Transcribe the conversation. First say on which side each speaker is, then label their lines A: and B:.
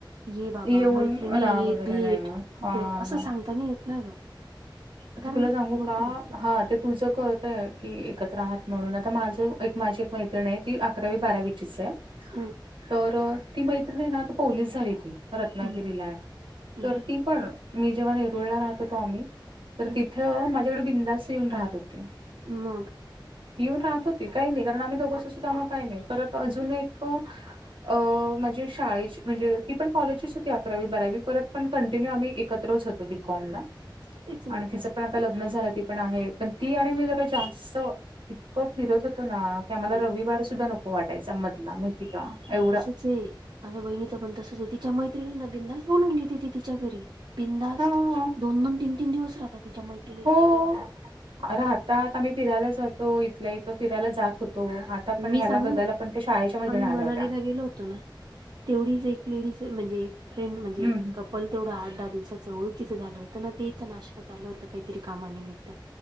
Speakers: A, on the right; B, on the right.
A: ये बाबा
B: येऊन
A: मैत्रिणी
B: राहा
A: येत
B: वगैरे
A: भेट,
B: नाही हा.
A: द असं सांगता नही येत ना ग.
B: आता
A: कारण
B: तुला सांगू
A: म्हणतो
B: का
A: ना
B: हा ते तुमचं कळतय की एकत्र आहात म्हणून, आता माझ एक माझी एक मैत्रिणी आहे, ती अकरावी बारावीचीच आहे.
A: हं,
B: तर ती मैत्रिणी ना, आता पोलीस झाली ती. रत्नागिरीलाय
A: हं, हं,
B: तर ती पण, मी जेव्हा नेरुळला राहत होतो आम्ही. तर
A: हं,
B: तिथं माझ्याकडे बिंधास येऊन राहत होती.
A: मग!
B: येऊन राहत होती काही नाही, कारण आम्ही दोघंच असूत आम्हा काही नाही, परत अजून एक अ माझी शाळेची म्हणजे, ती पण कॉलेजचीच होती अकरावी बारावी, परत पण कंटिन्यू आम्ही एकत्रच होत बीकॉम ला
A: तेच ना
B: आणि तिच पण आता लग्न झालं ती पण आहे, पण ती आणि मी जरा जास्त इतकं फिरत होतो ना. कीं आम्हाला
A: हं.
B: रविवार सुद्धा नको वाटायचा मधला, माहिती का एवढं.
A: चे माझ्या वहिणीचं पण तसच हे, तिच्या मैत्रिणी ना बिनंदास बोलून घेती ती तिच्या घरी. बिंधास्त
B: हां.
A: दोन, दोन तीन, तीन दिवस राहतात तिच्या मैत्रिणी तिच्याक
B: हो. राहतात आम्ही फिरायला जातो, इथल्या इथ फिरायला जात होतो आ ता पण
A: मी
B: ह्याला
A: सांगू
B: बघायाला पण ते शाळेच्या मैत्रीनि
A: आम्ही मनालीला
B: आल्या होत्या.
A: गेलो होतो ना तेवढीचं एक लेडिज म्हणजे, फ्रेंड म्हणजे,
B: हम्म.
A: कप पल तेवढं आठ दहा दिवसाच, ओळखीच झालं होतं ना ते इथं नाशकात आलं होतं, काहीतरी कामानिमित